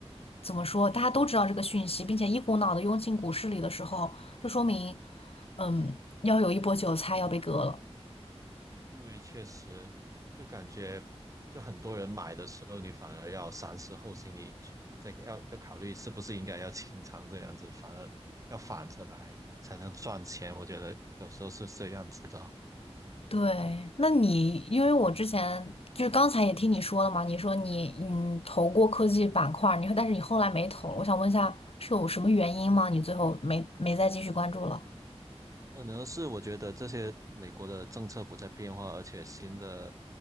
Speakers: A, on the left; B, on the right.
A: 怎么说？大家都知道这个讯息，并且一股脑的涌进股市里的时候，就说明，嗯，要有一波韭菜要被割了。
B: 因为确实，就感觉就很多人买的时候，你反而要三思后行，你去再要要考虑是不是应该要清仓这样子，反而要反着来才能赚钱。我觉得有时候是这样子的。
A: 对，那你因为我之前就是刚才也听你说了嘛，你说你嗯投过科技板块儿，你说但是你后来没投了，我想问一下是有什么原因吗？你最后没没再继续关注了？
B: 可能是我觉得这些美国的政策不再变化，而且新的